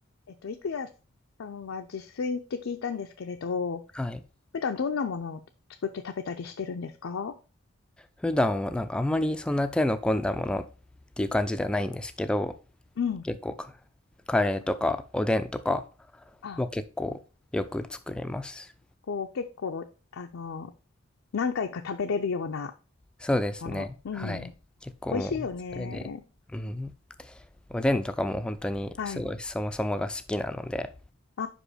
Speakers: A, on the left; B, in the centre.
A: えっと、郁也さんは自炊って聞いたんですけれど、
B: はい。
A: 普段どんなものを作って食べたりしてるんですか
B: 普段はなんかあんまりそんな手の込んだものっていう感じではないんですけど、
A: うん。
B: 結構かカレーとかおでんとか
A: あ、
B: は結構よく作ります。
A: こう結構、あの、何回か食べれるような
B: そうですね。
A: もの。うん。
B: はい。結構もうそれで、
A: 美味しいよね。
B: うん。おでんとかも本当にすごいそもそもが好きなので、
A: はい。あ